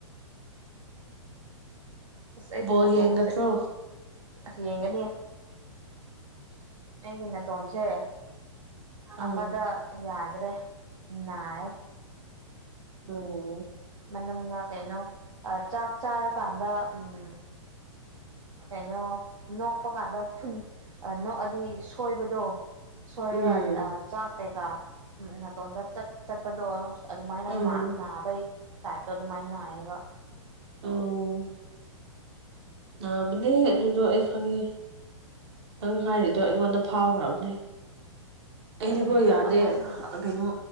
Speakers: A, on the right; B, on the right.
A: ꯑꯁ ꯑꯩꯒꯤ ꯅꯥꯇꯣꯟꯁꯦ
B: ꯣꯒꯤ ꯍꯉꯗꯣ
A: ꯑꯁ ꯌꯦꯡꯒꯅꯤ ꯑꯩꯒꯤ ꯅꯠ ꯇꯣꯟꯁꯦ
B: ꯎꯝ
A: ꯑꯝꯃꯗ ꯌꯥꯏ ꯗꯔ꯭ꯦ ꯅꯥꯏꯌꯦ
B: ꯎꯝ
A: ꯃꯅꯨꯡꯗ ꯀꯩꯅꯣ ꯆꯥꯛ ꯆꯥꯔꯀꯥꯟꯗ ꯎꯝ ꯀꯩꯅꯣ ꯅꯣꯛꯄ ꯀꯥꯟꯗ ꯐꯨꯟ ꯅꯣꯛꯑꯗꯤ ꯁꯣꯏꯕꯗꯣ ꯁꯣꯏꯔꯒꯗ
B: ꯎꯝ
A: ꯑ ꯆꯥꯛ ꯀꯩꯀꯥ ꯅꯥꯇꯣꯟꯗ ꯆꯠꯄꯗꯣ ꯑꯗꯨꯃꯥꯏꯅ
B: ꯎꯝ
A: ꯅꯥꯕꯩ ꯇꯥꯏꯞꯇꯣ ꯑꯗꯨꯃꯥꯏ ꯅꯥꯏꯑꯦꯕ
B: ꯑꯣ ꯅꯥꯕꯅꯦ ꯑꯗꯨꯗꯣ ꯑꯩ ꯈꯪꯉꯦ ꯅꯪ ꯍꯥꯏꯔꯤꯗꯣ ꯑꯩꯉꯣꯟꯗ ꯐꯥꯎꯈ꯭ꯔꯕꯅꯦ ꯑꯩꯗꯤꯀꯣ
A: ꯎꯝ
B: ꯌꯥꯗꯦ
A: ꯑꯃꯒꯤ
B: ꯀꯩꯅꯣ